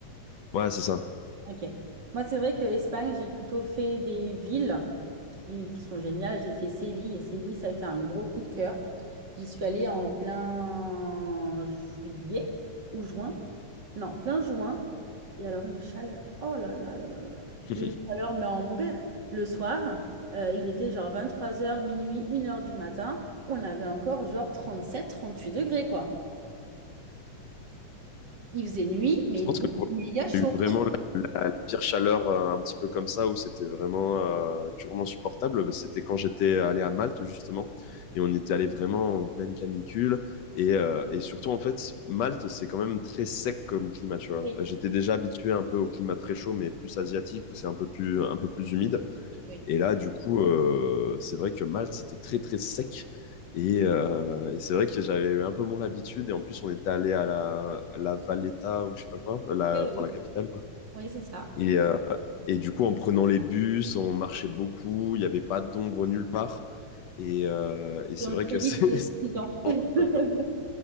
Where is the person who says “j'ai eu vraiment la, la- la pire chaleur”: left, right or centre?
Left